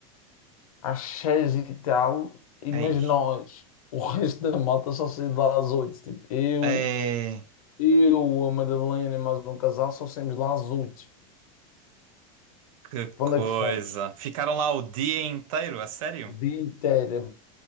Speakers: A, on the left; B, on the right.
A: às seis e tal, e
B: Ei.
A: mas nós, o <laughs> resto da malta só saiu de lá às oito. Tipo, eu,
B: É,
A: eu, a Madalena e mais um casal só saímos de lá às oito.
B: que
A: Para
B: coisa.
A: onde é que fomos?
B: Ficaram lá o dia inteiro, a sério?
A: O dia inteiro,